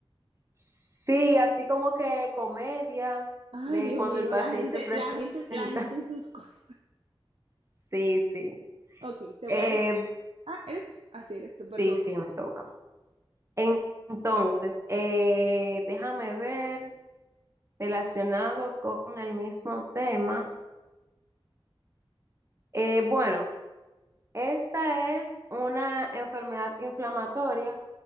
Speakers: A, on the right; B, on the right.
A: Sí, así como que comedia
B: Ay,
A: de
B: Dios
A: cuando
B: mío,
A: el paciente
B: la gente,
A: <laughs> presenta.
B: la gente, la gente y sus cosas.
A: Sí, sí.
B: Ok, te
A: Eh,
B: voy a decir. Ah, eres tú. Así eres tú, perdón.
A: sí, sí, me toca. En- entonces, eh, déjame ver relacionado con el mismo tema. Eh, bueno. Esta es una enfermedad inflamatoria